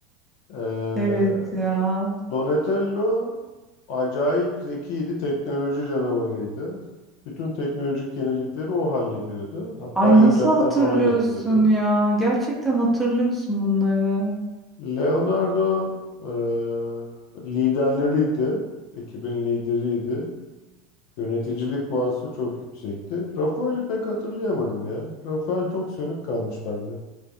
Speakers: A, on the left (about 55°); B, in the centre.
A: E,
B: Evet ya.
A: Donatello acayip zekiydi, teknoloji canavarıydı. Bütün teknolojik yenilikleri o hallediyordu. Hatta
B: Ay
A: icatlar
B: nasıl hatırlıyorsun
A: falan yapıyordu.
B: ya? Gerçekten hatırlıyorsun bunları.
A: Leonardo e, liderleriydi. Ekibin lideriydi. Yöneticilik vasfı çok yüksekti. Rafael'i pek hatırlayamadım ya. Rafael çok sönük kalmış bende.